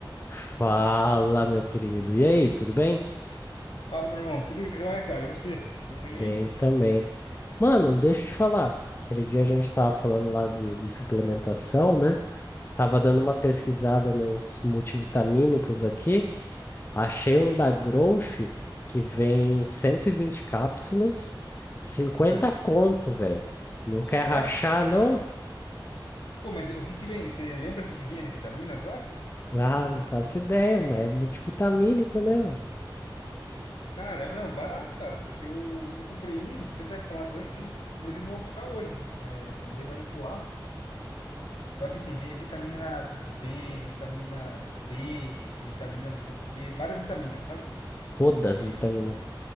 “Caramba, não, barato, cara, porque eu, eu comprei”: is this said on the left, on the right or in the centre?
Left